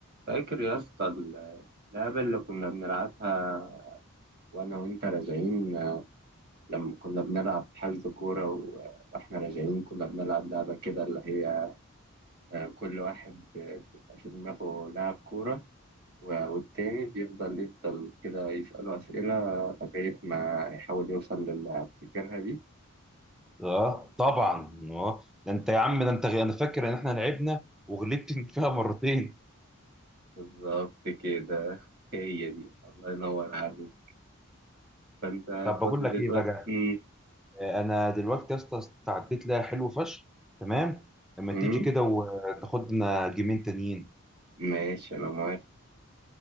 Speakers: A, on the right; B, in the centre.
A: فاكر يا اسطى اللعبة اللي كنا بنلعبها وأنا وأنت راجعين لما كنا بنلعب حجز كورة و- وإحنا راجعين كنا بنلعب لعبة كده اللي هي آه، كل واحد بيبقى في دماغه لاعب كورة و- والتاني بيفضل يفضل كده يسأله أسئلة لغاية ما يحاول يوصل للاعب فاكرها دي؟
B: اه طبعا اه ده انت يا عم ده انت غ- انا فاكر ان احنا لعبنا وغلبت <laughs> فيها مرتين
A: بالظبط كده هي دي الله ينور عليك فأنت
B: طب بقول
A: فاضي
B: لك
A: دلوقتي
B: ايه بقى
A: مم.
B: آه، انا دلوقتي يا اسطى استعديت لها حلو فشخ تمام اما
A: مم.
B: تيجي كده وتاخد لنا جيمين تانيين
A: ماشي أنا موافق